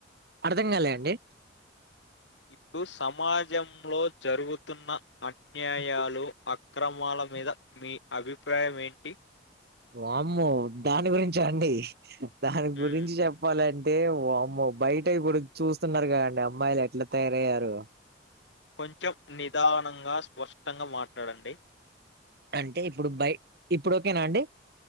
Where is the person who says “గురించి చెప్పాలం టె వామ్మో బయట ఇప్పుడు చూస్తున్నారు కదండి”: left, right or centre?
Right